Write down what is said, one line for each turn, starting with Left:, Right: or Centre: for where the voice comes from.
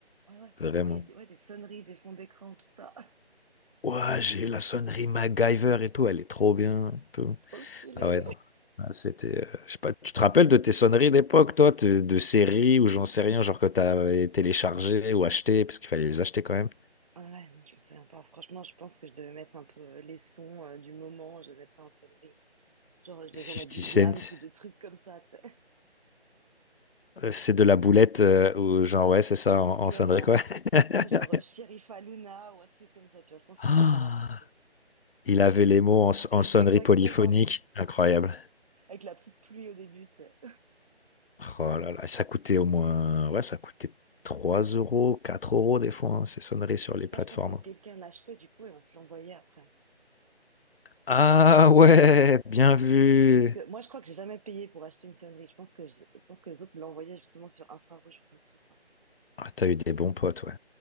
Right: ouais, ouais, pour
Left: vraiment.
Right: s'envoyer des, ouais, des sonneries, des fonds d'écran, tout ça.
Left: Ouah, j'ai eu la sonnerie MacGyver et tout. Elle est trop bien. Tout.
Right: Trop stylé.
Left: Ah ouais, non. Ah, C'était, euh, je sais pas, tu te rappelles de tes sonneries d'époque, toi, de, de séries
Right: Non.
Left: ou j'en sais rien, genre que t'avais téléchargé ou acheté, parce qu'il fallait les acheter quand même.
Right: Ah Ouais, non, je me souviens pas. Franchement, je pense que je devais mettre un peu les sons euh, du moment, je devais mettre ça en sonnerie. Genre, je devais
Left: 50
Right: sûrement mettre du
Left: Cent,
Right: Diams ou des trucs comme ça, tu sais,
Left: Euh, c'est de la boulette, euh, ou genre, ouais, c'est ça,
Right: <laughs>
Left: en,
Right: clairement.
Left: en sonnerie, quoi. <laughs>
Right: Ou genre euh, Sherifa Luna ou un truc comme ça, tu vois. Je pense que
Left: Ah,
Right: c'était ça ma sonnerie.
Left: Il avait les mots en, s-
Right: <laughs>
Left: en sonnerie
Right: Exactement.
Left: polyphonique. Incroyable.
Right: Avec la petite pluie au début, tu sais.
Left: Oh là là, ça coûtait au moins, ouais, ça coûtait 3 euros, 4 euros des fois, hein, ces sonneries sur
Right: Bah, je
Left: les
Right: sais pas,
Left: plateformes.
Right: je pense que quelqu'un l'achetait du coup et on se l'envoyait après.
Left: Ah ouais, bien vu.
Right: Parce que moi, je crois que j'ai jamais payé pour acheter une sonnerie. Je pense que je, je pense que les autres me l'envoyaient justement sur infrarouge ou Bluetooth, en fait.
Left: Ah, t'as eu des bons potes, ouais.